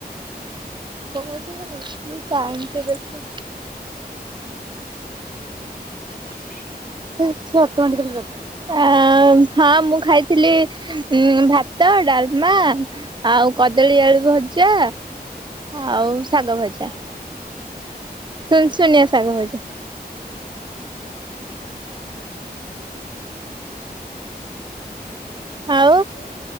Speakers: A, on the right (about 30°); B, on the left (about 60°).
A: ଓହୋ କେତେ ମୁସ୍କିଲ ଟାଇମ ତ ଦେଖ।
B: ଆଉ ତମେ।
A: ହେ ସେ ଅଟମେଟିକାଲି ଦବ। ଆ ହଁ ମୁଁ ଖାଇଥିଲି ଭାତ ଡାଲମା ଆଉ କଦଳୀ ଆଳୁ ଭଜା ଆଉ ଶାଗ ଭଜା। ଶୁନ ଶୁନିଆ ଶାଗ ଭଜା।
B: ହୁଁ। ହଁ <inaudible>
A: ହଁ
B: ଆଉ।